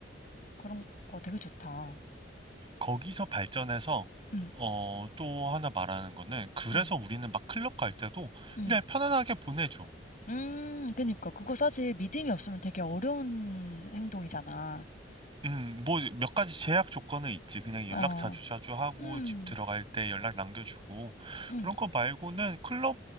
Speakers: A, on the left; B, on the right.
A: 그런 거 되게 좋다.
B: 거기서 발전해서
A: 음.
B: 어, 또 하나 말하는 거는 그래서
A: 음.
B: 우리는 막 클럽 갈 때도
A: 음.
B: 그냥 편안하게 보내줘.
A: 음 그니까. 그거 사실 믿음이 없으면 되게 어려운 행동이잖아.
B: 음, 뭐 몇 가지 제약 조건은 있지. 그냥 연락
A: 어.
B: 자주 자주 하고
A: 음.
B: 집 들어갈 때 연락 남겨주고
A: 음.
B: 그런 거 말고는 클럽